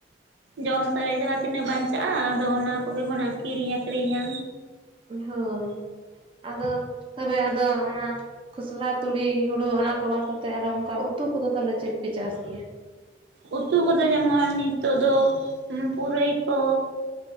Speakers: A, on the right (about 75°); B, on the right (about 30°).
A: ᱡᱚᱢ ᱥᱟᱨᱮᱡ ᱡᱟᱦᱟᱸ ᱛᱤᱱᱟᱹᱜ ᱵᱟᱧᱪᱟᱜᱼᱟ᱾ ᱟᱫᱚ ᱚᱱᱟ ᱠᱚᱜᱮ ᱵᱚᱱ ᱟᱹᱠᱤᱨᱤᱧ ᱟᱹᱠᱷᱨᱤᱧᱟ᱾
B: ᱦᱳᱭ ᱟᱫᱚ ᱛᱚᱵᱮ ᱟᱫᱚ ᱚᱱᱟ ᱠᱷᱚᱥᱞᱟ ᱛᱩᱲᱤ ᱦᱩᱲᱳ ᱚᱱᱟ ᱠᱚ ᱵᱟᱫ ᱠᱟᱛᱮ ᱟᱨᱚ ᱚᱱᱠᱟ ᱩᱛᱩ ᱠᱚᱫᱚ ᱛᱟᱦᱚᱞᱮ ᱪᱮᱫ ᱯᱮ ᱪᱟᱥ ᱜᱮᱭᱟ?
A: ᱩᱛᱩ ᱠᱚᱫᱚ ᱡᱮᱢᱚᱱ ᱱᱤᱛᱚᱜ ᱫᱚ ᱦᱩᱸ ᱯᱩᱨᱟᱹᱭ ᱠᱚ᱾